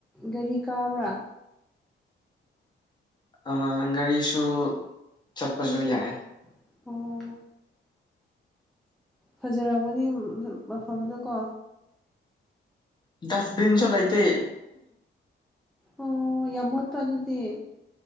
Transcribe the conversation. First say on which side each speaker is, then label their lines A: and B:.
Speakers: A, in the centre; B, on the left (about 20°).
A: ꯒꯔꯤ ꯀꯥꯕ꯭ꯔꯥ
B: ꯑꯥ ꯒꯥꯔꯤꯁꯨ ꯆꯠꯄꯁꯨ
A: ꯀꯔꯤꯁꯨ
B: ꯌꯥꯏ
A: ꯑꯣ ꯐꯖꯔꯝꯒꯅꯤ ꯎꯝ ꯃꯐꯝꯗꯨ ꯀꯣ
B: ꯗꯥꯁꯕꯤꯟꯁꯨ ꯂꯩꯇꯦ
A: ꯑꯣ ꯌꯥꯝ ꯃꯣꯠꯄ ꯑꯗꯨꯗꯤ